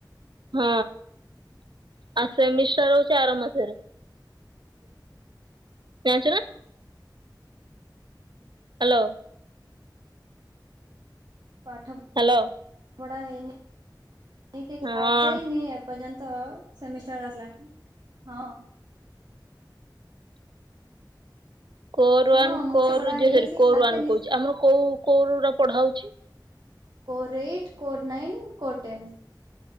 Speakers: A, on the right; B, on the right.
A: ହଁ ଆ ସେମିଷ୍ଟର ହଉଛି ଆର ମାସରେ।
B: ହ।
A: ଯାଞ୍ଚନା।
B: ହ।
A: ହ୍ୟାଲୋ।
B: ହୁଁ। ପାଠମ୍
A: ହ୍ୟାଲୋ।
B: ପାଠ ପଢା ହେଇନି କି
A: ହଁ
B: କ୍ଲାସ ହେଇନି ଏପର୍ଯ୍ୟନ୍ତ। ସେମିଷ୍ଟାର ଆସିଲାଣି ହଁ।
A: କୋର
B: ହଁ
A: ୱାନ
B: ମୁଁ
A: କୋର
B: ପଢା
A: ଯେ
B: ହେଇନି
A: ସରି
B: କି
A: କୋର
B: କ୍ଲାସ
A: ୱାନ
B: ହେଇନି
A: କହୁଛି ଆମର କୋଉ କୋରା ପଢା ହଉଛି।
B: କୋର ଏଇଟ୍ କୋର ନାଇନ୍ କୋର ଟେନ୍।